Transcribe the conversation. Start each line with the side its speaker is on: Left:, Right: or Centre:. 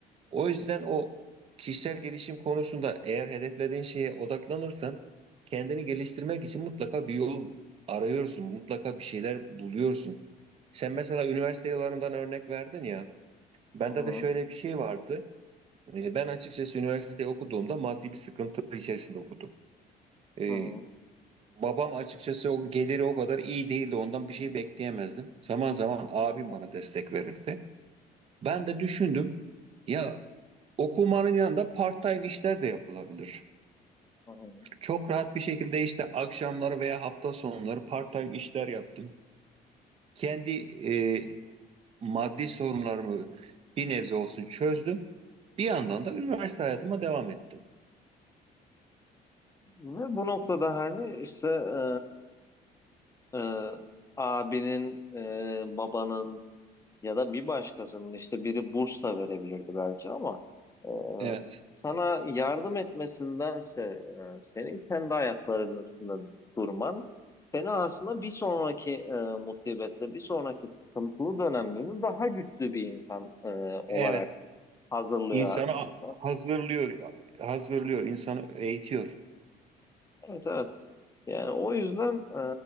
Right: O yüzden o kişisel gelişim konusunda eğer hedeflediğin şeye odaklanırsan kendini geliştirmek için mutlaka bir yol arıyorsun. Mutlaka bir şeyler buluyorsun. Sen mesela üniversite yıllarından örnek verdin ya. Bende
Left: Hı hı,
Right: de şöyle bir şey vardı. Ee, Ben açıkçası üniversite okuduğumda maddi bir sıkıntı içerisinde okudum. Ee,
Left: hı hı,
Right: Babam açıkçası o geliri o kadar iyi değildi. Ondan bir şey bekleyemezdim. Zaman zaman abim
Left: hı hı,
Right: bana destek verirdi. Ben de düşündüm. Ya okumanın yanında part-time işler de yapılabilir.
Left: hı hı.
Right: Çok rahat bir şekilde işte akşamları veya hafta sonları part-time işler yaptım. Kendi e, maddi sorunlarımı bir nebze olsun çözdüm. Bir yandan da üniversite hayatıma devam ettim.
Left: Ve bu noktada hani işte e, e, abinin, e, babanın, Ya da bir başkasının işte biri burs da verebilirdi belki ama e,
Right: Evet.
Left: sana yardım etmesindense e, senin kendi ayaklarının üstünde durman seni aslında bir sonraki e, musibette, bir sonraki sıkıntılı dönemlerini daha güçlü bir insan e, olarak
Right: Evet.
Left: hazırlıyor
Right: İnsanı
Left: aslında.
Right: hazırlıyor, hazırlıyor, insanı eğitiyor.
Left: Evet evet. Yani o yüzden e,